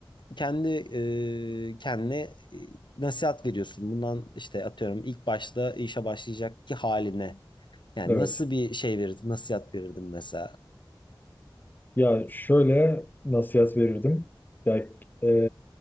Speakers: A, on the left (about 65°); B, on the left (about 20°).
A: Kendi e, kendine e, nasihat veriyorsun. Bundan işte atıyorum ilk başta işe başlayacak ki haline. Yani
B: Evet.
A: nasıl bir şey verirdim, nasihat verirdim mesela?
B: Ya şöyle nasihat verirdim. Ya e,